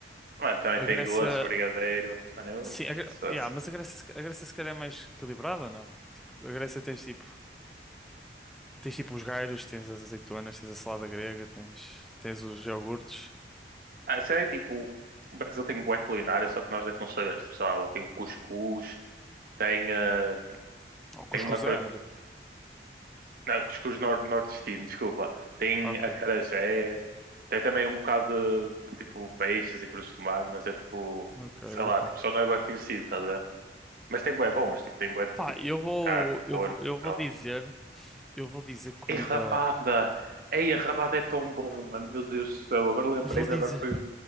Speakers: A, on the right; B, in the centre.
A: Mano, também
B: A
A: tem
B: Grécia.
A: doce, brigadeiro. Mano, eu
B: Sim, a, Gre-
A: sou
B: yeah,
A: assim.
B: mas a Grécia, se ca- a Grécia se calhar é mais equilibrada, não? Tipo, a Grécia tens tipo, tens tipo os gyros, tens as azeitonas, tens a salada grega, tens, tens os iogurtes.
A: Ah, sei lá, tipo, o Brasil tem boa culinária, só que nós é que não sabemos. Tipo, sei lá, tem o cuscuz, tem, ah,
B: O
A: tem
B: cuscuz
A: uma coisa.
B: é árabe.
A: Não, cuscuz nor nordestino, desculpa. Tem
B: Ok,
A: acarajé, tem também um bocado de, de, tipo peixes e frutos do mar, mas é tipo,
B: ok,
A: sei lá,
B: ok.
A: tipo, só não é bem conhecido, tá a ver? Mas tem bué bons, tipo, tem bué de,
B: Pá,
A: tipo
B: eu vou,
A: carne,
B: eu
A: porco
B: vou, eu
A: e tal.
B: vou dizer, eu vou dizer comida,
A: E rabada! Ei, a rabada é tão bom, mano, meu Deus do céu, agora lembrei-me,
B: eu vou dizer.
A: agora foi.